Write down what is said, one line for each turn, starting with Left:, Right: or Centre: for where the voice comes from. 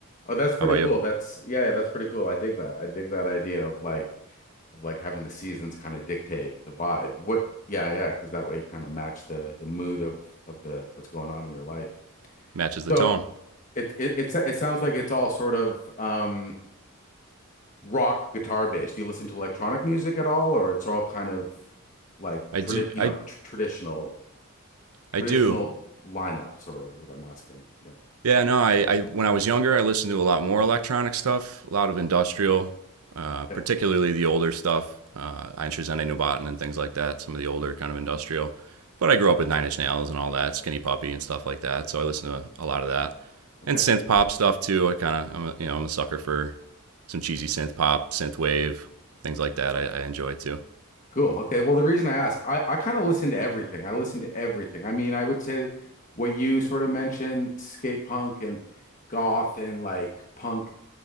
Left: Oh, that's pretty
Right: how about
Left: cool.
Right: you
Left: That's yeah, yeah, that's pretty cool. I dig that. I dig that idea of like of like having the seasons kind of dictate the vibe. What yeah, yeah, because that way you kind of match the the mood of of the what's going on in your life.
Right: matches the
Left: So
Right: tone.
Left: it it it's, it sounds like it's all sort of um rock guitar based. Do you listen to electronic music at all, or it's all kind of like
Right: I
Left: tradi
Right: do.
Left: you
Right: I
Left: know tr traditional traditional
Right: I do.
Left: lineup sort of is what I'm asking. Yeah.
Right: Yeah. No. I, I when I was younger, I listened to a lot more electronic stuff, a lot of industrial, uh, particularly
Left: Good.
Right: the older stuff, uh, Einstein Nubaten and things like that. Some of the older kind of industrial. But I grew up with Nine Inch Nails and all that, Skinny Puppy and stuff like that. So I listened to a lot of that,
Left: Okay.
Right: and synth pop stuff too. I kind of, I'm a, you know, I'm a sucker for some cheesy synth pop, synth wave, things like that. I, I enjoy too.
Left: Cool. Okay. Well, the reason I ask, I, I kind of listen to everything. I listen to everything. I mean, I would say what you sort of mentioned, skate punk and goth and like punk.